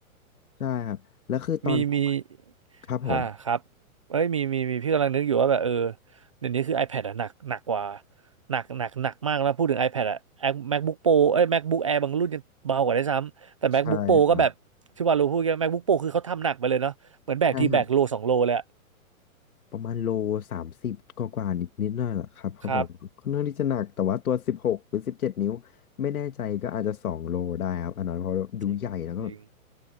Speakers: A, on the left (about 80°); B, on the right (about 25°).
A: ใช่ครับแล้วคือตอนผมอะ
B: มีมี
A: ครับผม
B: ฮ่าครับเอ้ยมีมีมีพี่กำลังนึกอยู่ว่าแบบเออเดี๋ยวนี้คือ iPad อะหนักหนักกว่าหนักหนักหนักมากแล้วพูดถึง iPad อะ MacBook Pro เอ้ย MacBook Air บางรุ่นยังเบากว่าได้วยซ้ำแต่ MacBook
A: ใช่ครับ
B: Pro ก็แบบที่ว่าเราพูดกัน MacBook Pro คือเขาทำหนักไปเลยเนาะเหมือนแบกทีแบกโลสองโลเลยอะ
A: ใช่ครับ ประมาณโลสามสิบกว่ากว่านิดนิดหน่อยแหละครับเพราะแบบค่อนข้างที่จะหนักแต่ว่าตัวสิบหกหรือสิบเจ็ดนิ้วไม่แน่ใจก็อาจจะสองโลได้ครับอันนั้นเพราะดูใหญ่แล้วก็
B: ครับ จริงจริงจริง